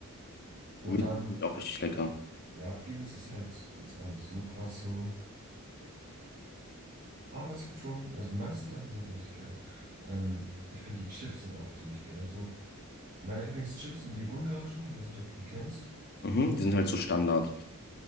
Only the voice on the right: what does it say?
und
dann,
ja, vieles ist halt jetzt auch nicht so krass so. Aber es gibt schon, also die meisten Sachen sind richtig geil. Ähm, ich finde, die Chips sind auch ziemlich geil. So, meine Lieblingschips sind die ungarischen. Ich weiß nicht, ob du die kennst.